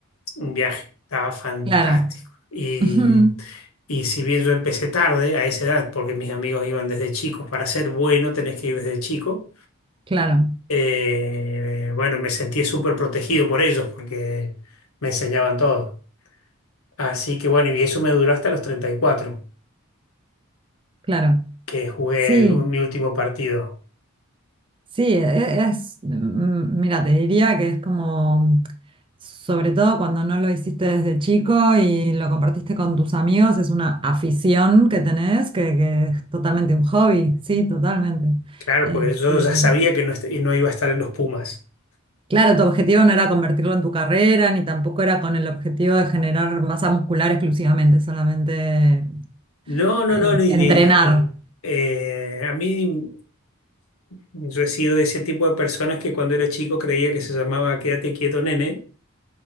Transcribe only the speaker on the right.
claro.
Ujú.
Claro,
claro.
Sí,
sí, e- e, es, mm, mira, te diría que es como, sobre todo cuando no lo hiciste desde chico y lo compartiste con tus amigos, es una afición que tenés, que, que es totalmente un hobby, sí, totalmente.
Este,
Claro, tu objetivo no era convertirlo en tu carrera, ni tampoco era con el objetivo de generar masa muscular exclusivamente, solamente
eh,
entrenar.